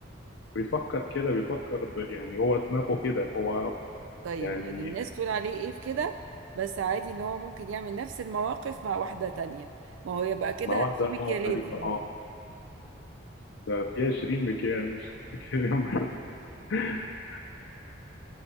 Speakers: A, on the left (about 70°); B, on the right (about 75°).
A: بيفكر كده بيفكر ب... يعني هو دماغه كده هو
B: طيب
A: يعني
B: يعني الناس تقول عليه ايه في كده بس عادي ان هو ممكن يعمل نفس المواقف مع واحده تانية ما هو يبقى كده
A: مع واحده
B: في مكيالين
A: اه غريبه
B: في الموضوع
A: اه ده فيها 20 مكيال مش مكيالين بس <laughs>